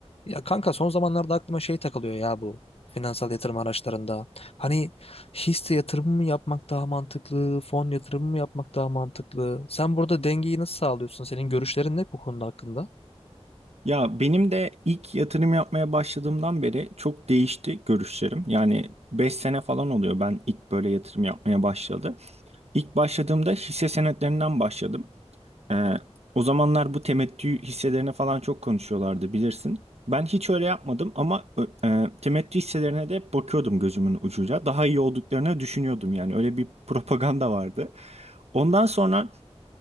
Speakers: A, on the left; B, on the right.
A: Ya kanka son zamanlarda aklıma şey takılıyor ya bu finansal yatırım araçlarında. Hani hisse yatırımı mı yapmak daha mantıklı, fon yatırımı mı yapmak daha mantıklı? Sen burada dengeyi nasıl sağlıyorsun? Senin görüşlerin ne bu konuda hakkında?
B: Ya benim de ilk yatırım yapmaya başladığımdan beri çok değişti görüşlerim. Yani 5 sene falan oluyor ben ilk böyle yatırım yapmaya başladı. İlk başladığımda hisse senetlerinden başladım. Ee, o zamanlar bu temettü hisselerine falan çok konuşuyorlardı bilirsin. Ben hiç öyle yapmadım ama ö- e, temettü hisselerine de bakıyordum gözümün ucuyla. Daha iyi olduklarını düşünüyordum yani öyle bir propaganda vardı. Ondan sonra